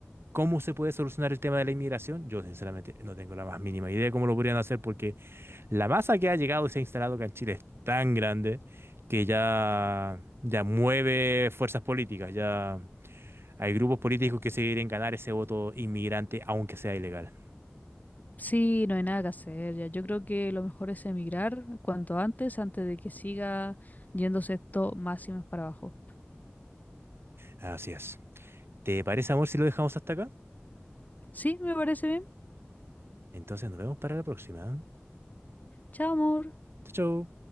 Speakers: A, on the right; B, on the left.
A: ¿Cómo se puede solucionar el tema de la inmigración? Yo sinceramente no tengo la más mínima idea de cómo lo podrían hacer porque la masa que ha llegado y se ha instalado acá en Chile es tan grande que ya, ya mueve fuerzas políticas, ya hay grupos políticos que se quieren ganar ese voto inmigrante aunque sea ilegal.
B: Sí, no hay nada que hacer ya. Yo creo que lo mejor es emigrar cuanto antes, antes de que siga yéndose esto más y más para abajo.
A: Así es. ¿Te parece, amor, si lo dejamos hasta acá?
B: Sí, me parece bien.
A: Entonces nos vemos para la próxima.
B: Chao, amor.
A: Chau, chau.